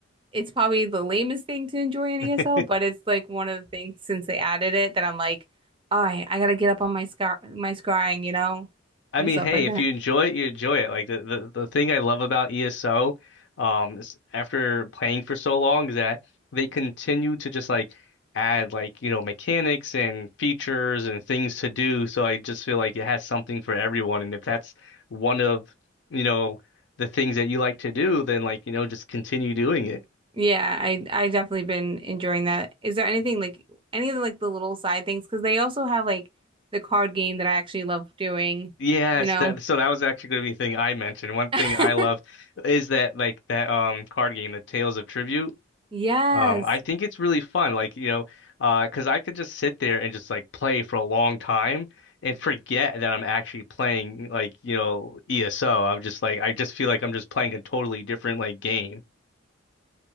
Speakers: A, on the right (about 25°); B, on the left (about 60°).
A: it's probably the lamest thing to enjoy in
B: <laughs>
A: ESL, but it's like one of the things since they added it that I'm like, all right, I gotta get up on my scar, my scrying, you know,
B: I
A: and
B: mean,
A: stuff
B: hey,
A: like
B: if
A: that.
B: you enjoy it, you enjoy it. Like the, the, the thing I love about ESO, um, is after playing for so long is that they continue to just like add like, you know, mechanics and features and things to do. So I just feel like it has something for everyone. And if that's one of, you know, the things that you like to do, then like, you know, just continue doing it.
A: Yeah, I I definitely been enjoying that. Is there anything like any of the like the little side things? Because they also have like the card game that I actually love doing,
B: Yes,
A: you know.
B: that so that was actually going to be the thing I mentioned. One thing
A: <laughs>
B: I love is that like that um card game, the Tales of Tribute.
A: Yes.
B: Um, I think it's really fun, like, you know, uh, cause I could just sit there and just like play for a long time and forget that I'm actually playing like, you know, ESO. I'm just like I just feel like I'm just playing a totally different like game.